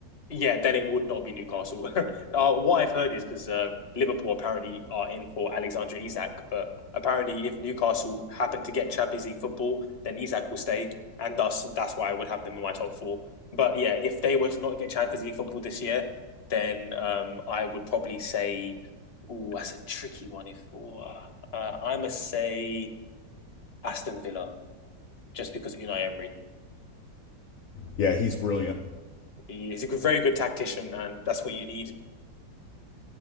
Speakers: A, on the left; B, on the left.
A: Yeah, then it would not be Newcastle. <laughs> uh, what I've heard is because uh, Liverpool apparently are in for Alexander Isak, but apparently if Newcastle happen to get Champions League football, then Isak will stay, and thus that's why I would have them in my top four. But yeah, if they were to not get Champions League football this year, then um, I would probably say, oh, that's a tricky one. If ooh, uh, I must say Aston Villa just because Unai Emery.
B: Yeah, he's brilliant.
A: He's a very good tactician, and that's what you need.